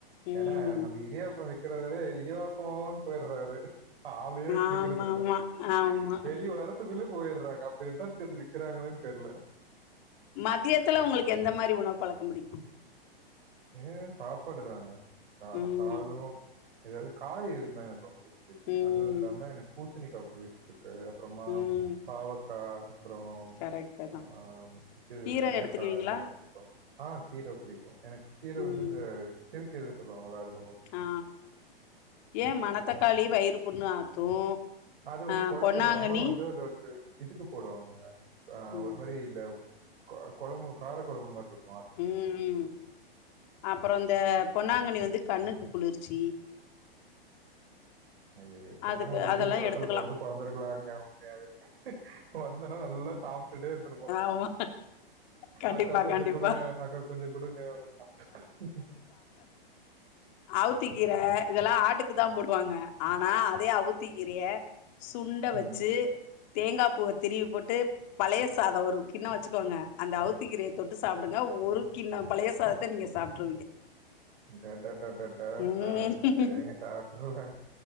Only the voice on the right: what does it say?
ஏன்னா நம்ம இடியாப்ப விக் விக்குறவரு இடியாப்போன்னு போய்டறாரு ஆளையே புடிக்கறது
இல்ல
வெளிய வர த்துக்குள்ளே போய்ட்றாங்க அப்டி என்னாத்துக்கு அத விக்குறாங்கன்னே தெர்ல
ஏ சாப்பாடுதாங்க அ
சாதோ ஏதாது காய் இருந்தா எனக்கு ரொம்ப
அதுவு இல்லாம எனக்கு பூசணிக்கா பொரியல் புடிக்காது அப்புறமா
பாவக்கா அப்புறோ
ஆ இது
வெண்டக்கா
இதெல்லா புடிக்கு ஆ கீர புடிக்கும் எனக்கு கீர
வந்து இந்த சிறு கீர சொல்லுவாங்களா அது ரொம்ப
அது வந்து
கொழம்பு
அம்மா வந்து அது வந்து இதுக்கு போடுவாங்கங்க ஆ
ஒரு மாரி இந்த கொ கொழம்பு கார கொழம்பு மாரி இருக்கு
ம்.
அது பேசமா
உங்க
வீட்டு பக்கத்துல
பொறந்து வந்து பெறந்தருக்கலாங்க உண்மையாவே வந்தன்னா நல்லா சாப்ட்டுட்டே இருந்திருப்போ
அக்கா கொஞ்சோ
குடு குடுங்க அக்கா கொஞ்சோ குடுங்க வந்து <unintelligible>
ம்.
டடடடடா
ஆ சேரிங்க சாப்ட்டுரலாங்க